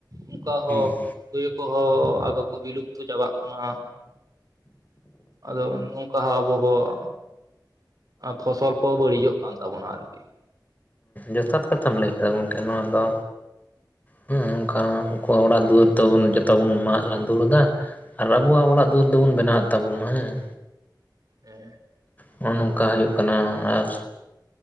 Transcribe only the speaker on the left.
ᱦᱩᱸ
ᱡᱚᱛᱷᱟᱛ ᱠᱟᱛᱷᱟᱢ ᱞᱟᱹᱭ ᱠᱮᱫᱟ ᱜᱚᱢᱠᱮ ᱱᱚᱣᱟ ᱫᱚ ᱦᱮᱸ ᱚᱱᱠᱟ ᱩᱱᱠᱩᱣᱟᱜ ᱚᱲᱟᱜ ᱫᱩᱣᱟᱹᱨ ᱛᱮᱵᱚᱱ ᱡᱚᱛᱚ ᱵᱚᱱ ᱢᱟᱜ ᱞᱟᱹᱫᱩᱲ ᱮᱫᱟ ᱟᱨ ᱟᱵᱚᱣᱟᱜ ᱚᱲᱟᱜ ᱫᱩᱣᱟᱹᱨ ᱫᱚᱵᱚᱱ ᱵᱮᱱᱟᱣᱮᱫ ᱛᱟᱵᱚᱱᱟ ᱦᱮᱸ
ᱱᱚᱜᱼᱚ ᱱᱚᱝᱠᱟ ᱦᱩᱭᱩᱜ ᱠᱟᱱᱟ ᱟᱨ